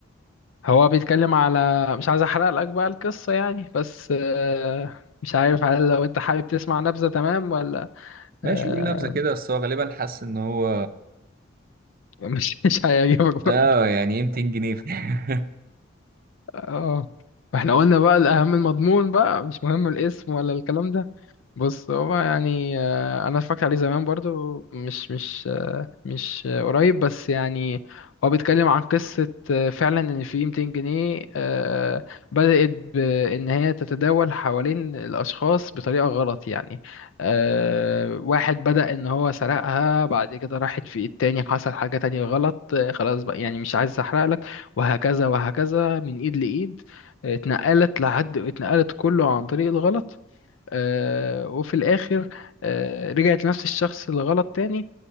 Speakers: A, on the left; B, on the right.
A: هو بيتكلم على مش عايز احرق لك بقى القصة يعني بس آه، مش عارف هل لو انت حابب تسمع نبذة تمام ولا
B: ماشي
A: آه،
B: يقول نبذه كده بس هو غالبا حاسس ان هو
A: <laughs> مش مش هيعجبك
B: اه
A: برضه
B: يعني ايه 200 جنيه <laughs>
A: اه احنا قلنا بقى الاهم المضمون بقى مش مهم الاسم ولا الكلام ده بص هو يعني آه، انا اتفرجت عليه زمان برضو مش مش آه، مش آه، قريب بس يعني هو بيتكلم عن قصة آه، فعلا ان في 200 جنيه آه، بدأت بان هي تتداول حوالين الاشخاص بطريقة غلط يعني آه، واحد بدأ ان هو سرقها بعد كده راحت في ايد تاني حصل حاجة تانية غلط آه، خلاص بقى يعني مش عايز احرق لك وهكذا وهكذا من ايد لايد آه، اتنقلت لحد اتنقلت كله عن طريق الغلط آه، وفي الآخر آه، رجعت لنفس الشخص اللي غلط تاني